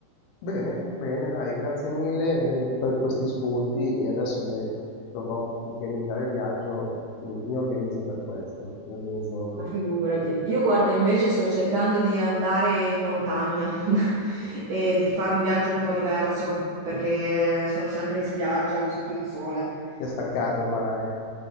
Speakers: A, on the left (about 75°); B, on the right (about 80°).
A: Bene, bene, dai, grazie mille eh, per questi spunti e adesso che dovrò organizzare il viaggio mi, mi organizzo per questo, mi organizzo
B: Ma figurati, io guarda invece sto cercando di andare in montagna <laughs> e di fare un viaggio un po' diverso perché sono sempre in spiaggia sotto il sole.
A: Ti ha stancato il mare?